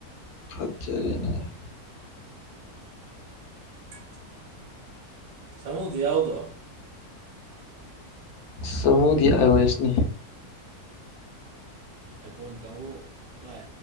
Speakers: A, on the left; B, on the right.
A: ꯑꯖꯦꯔꯤꯅꯦ
B: ꯁꯃꯗꯤ ꯌꯥꯎꯗ꯭ꯔꯣ
A: ꯁꯃꯨꯒꯤ ꯑꯥꯏ ꯑꯣ ꯑꯦꯁꯅꯤ
B: ꯑꯩ ꯐꯣꯟ ꯀ ꯄꯥꯏ